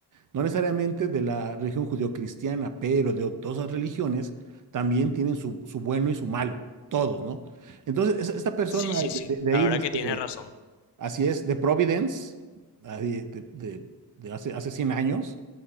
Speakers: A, on the right; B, on the left.
A: No necesariamente de la religión judeocristiana, pero de todas las religiones también tienen su, su bueno y su malo, todos, ¿no? Entonces, esa- esta persona
B: Sí, sí,
A: de,
B: sí,
A: de- de
B: la
A: ahí,
B: verdad
A: de, este,
B: que tienes
A: de-
B: razón.
A: Así es, de Providence, ah, de, de- de- de hace, hace 100 años.